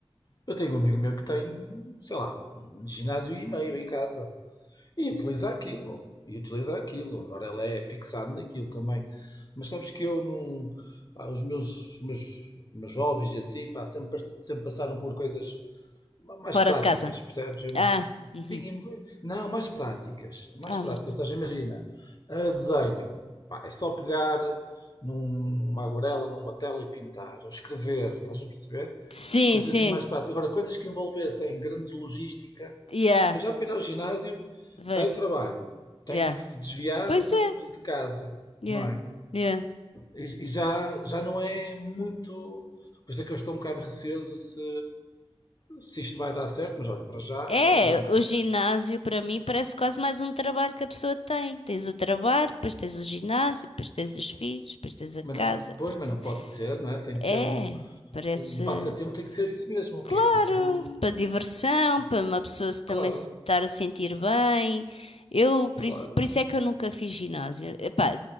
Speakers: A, on the left (about 40°); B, on the left (about 80°).
A: eu tenho um amigo meu que tem, sei lá, um ginásio e meio em casa. E utiliza aquilo. E utiliza aquilo. Agora ela é fixada naquilo também. Mas sabes que eu não. pá, os meus, os meus, os meus hobbies e assim, pá, sempre, sempre passaram por coisas ma- mais
B: Fora
A: práticas,
B: de casa.
A: percebes? Eu não.
B: Ah, uhum.
A: Sim, e me- não, mais práticas. Mais
B: Ah,
A: práticas.
B: mais perto.
A: Ou seja, imagina, ah, desenho. Pá, é só pegar num- numa aguarela, numa tela e pintar. Ou escrever, estás a perceber?
B: Sim,
A: Coisas
B: sim.
A: assim mais práticas. Agora, coisas que envolvessem grande logística.
B: Yeah,
A: Eu já para ir ao ginásio,
B: vejo.
A: saio do trabalho, tenho
B: Yeah.
A: que desviar
B: Pois
A: do-
B: é.
A: do- de casa,
B: Yeah,
A: não é?
B: yeah.
A: E, e já, já não é muito. Por isso é que eu estou um bocado receoso se, se isto vai dar certo, mas olha, para já
B: É,
A: vai andando.
B: o ginásio para mim parece quase mais um trabalho que a pessoa tem. Tens o trabalho, depois tens o ginásio, depois tens os filhos, depois tens a
A: Mas
B: casa.
A: não-
B: depois
A: pois, mas
B: te-
A: não pode ser, não é? Tem que
B: É,
A: ser um,
B: parece.
A: um passatempo, tem que ser isso mesmo, o
B: Claro,
A: quê? Tem que ser um.
B: para diversão,
A: tem que
B: para
A: ser-
B: uma pessoa se também
A: Claro,
B: se estar a sentir bem. Eu, por
A: claro.
B: isso, por isso é que eu nunca fiz ginásio. Epá,